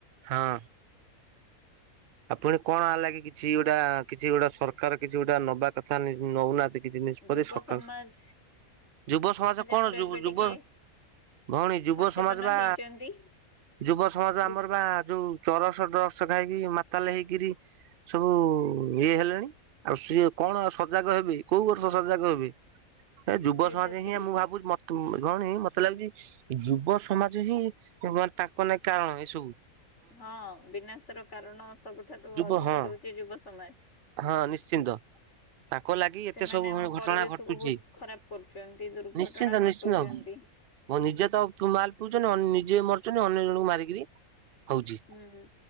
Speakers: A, on the right (about 70°); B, on the left (about 50°).
A: ହଁ। ଆଉ ପୁଣି କଣ ହେଲା କି କିଛି ଗୋଟା କିଛି ଗୋଟେ ସରକାର କିଛି ଗୋଟେ ନବା କଥା କି ନଉନାହାନ୍ତି। କିଛି ନିଷ୍ପତ୍ତି
B: ଯୁବ
A: ସକାର,
B: ସମାଜ
A: ଯୁବ ସମାଜ କଣ
B: ଆମର
A: ଯୁ
B: ଏବେ ଟିକେ
A: ଯୁବ ଭଉଣୀ ଯୁବ
B: ସଚେତନ
A: ସମାଜ ବା,
B: ହେଇଛନ୍ତି
A: ଯୁବ ସମାଜ ବା
B: ବୃ
A: ଆମର ବା ଯୋଉ ଚରସ ଡ୍ରଗ୍ସ ଖାଇକି ମାତାଲେ ହେଇକିରି ସବୁ ଇଏ ହେଲେଣି ଆଉ ସିଏ କଣ ଆ ସଜାଗ ହେବେ କୋଉ ବର୍ଷ ସଜାଗ ହେବେ, ଏ ଯୁବ
B: ସେଇ
A: ସମାଜ
B: ତ ପିଲି
A: ହିଁ ମୁଁ ଭାବୁଛି ମ ତୁ ଭଉଣି ମତେ ଲାଗୁଛି ଯୁବ ସମାଜ ହିଁ <unintelligible> ତାଙ୍କ ନାଇଁ କାରଣ ଏ ସବୁ।
B: ହଁ ବିନାଶ ର କାରଣ ସବୁଠାରୁ
A: ଯୁବ
B: ଅଧିକ
A: ହଁ
B: ରହୁଛି ଯୁବ ସମାଜ।
A: ହଁ ନିଶ୍ଚିନ୍ତ। ତାଙ୍କ ଲାଗି ଏତେ
B: ସେମାନେ
A: ସବୁ
B: ଆମ
A: ଘ ଘଟଣା
B: ପରିବେଶକୁୁ
A: ଘଟୁଛି
B: ବହୁତ ଖରାପ କରୁଛନ୍ତି ଦୁର୍ଘଟଣା
A: ନିଶ୍ଚିନ୍ତ
B: ଘଟଉଛନ୍ତି।
A: ନିଶ୍ଚିନ୍ତ। ନିଜେ ତ ପ ମାଲ୍ ପିଉଛନ୍ତି ଅ ନିଜେ ମରୁଛନ୍ତି ଅନ୍ୟ ଜଣଙ୍କୁ ମାରିକିରି ହଉଛି
B: ହୁଁ ହୁଁ।